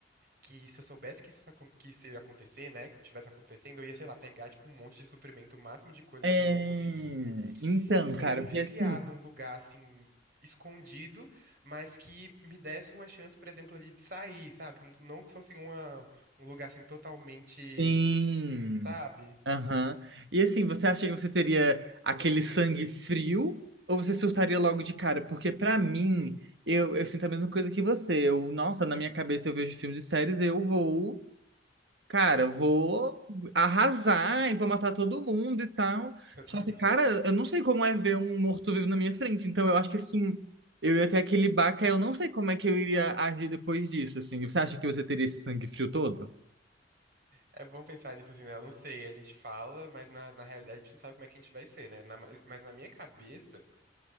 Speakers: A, on the right (about 55°); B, on the right (about 75°).
A: que se eu soubesse que isso, acon- que isso ia acontecer, né? Que tivesse acontecendo, eu ia, sei lá, pegar, tipo, um monte de suprimento, o máximo de coisa
B: É...
A: que eu ia conseguir,
B: Então,
A: e
B: cara,
A: ia me
B: porque
A: enfiar
B: assim.
A: num lugar, assim, escondido, mas que me desse uma chance, por exemplo, ali de sair, sabe? Que Não não que fosse uma um lugar assim totalmente
B: Sim.
A: Sabe?
B: Aham. E assim, você acha que você teria aquele sangue frio ou você surtaria logo de cara? Porque pra mim, eu, eu sinto a mesma coisa que você. Eu, nossa, na minha cabeça eu vejo filmes e séries, eu vou, cara, vou arrasar e vou matar todo mundo e tal.
A: <laughs> Eu também.
B: Só que, cara, eu não sei como é ver um morto-vivo na minha frente. Então eu acho que assim, eu ia ter aquele baque, aí eu não sei como é que eu iria agir depois disso, assim. Você acha que você teria esse sangue frio todo?
A: É bom pensar nisso assim, né? Eu não sei, a gente fala, mas na, na realidade a gente não sabe como é que a gente vai ser, né? Na- mas na minha cabeça,